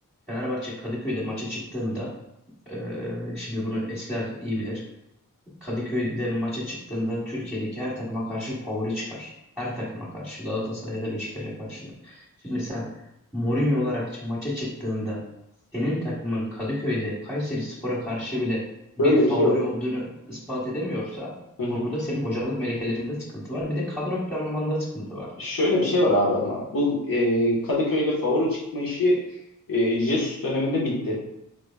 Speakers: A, in the centre; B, on the left (about 75°).
A: Fenerbahçe Kadıköy'de maça çıktığında e, şimdi bunu eskiler iyi bilir. Kadıköy'de maça çıktığında Türkiye'deki her takıma karşı favori çıkar. Her takıma karşı. Galatasaray'a da Beşiktaş'a karşı da. Şimdi sen Mourinho olarak maça çıktığında senin takımın Kadıköy'de Kayserispor'a karşı bile bir
B: Böyle
A: favori
B: bir şey var.
A: olduğunu ispat edemiyorsa
B: <laughs>
A: burada senin hocalık melekelerinde sıkıntı var. Bir de kadro planlamanda sıkıntı var.
B: Şöyle bir şey var abi ama bu e, Kadıköy'de favori çıkma işi e, Jesus döneminde bitti.